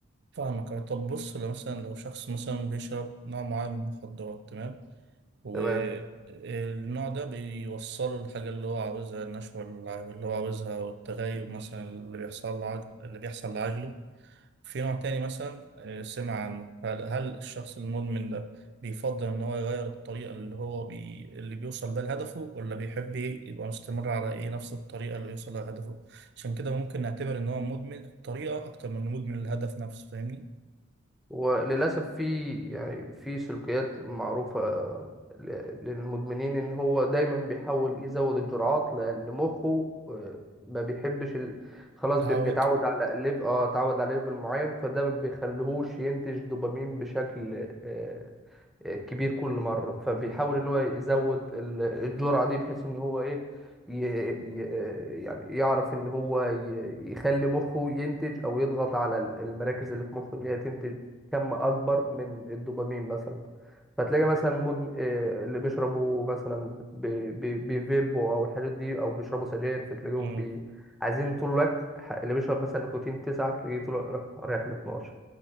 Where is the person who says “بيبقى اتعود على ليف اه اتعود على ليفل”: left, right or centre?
Centre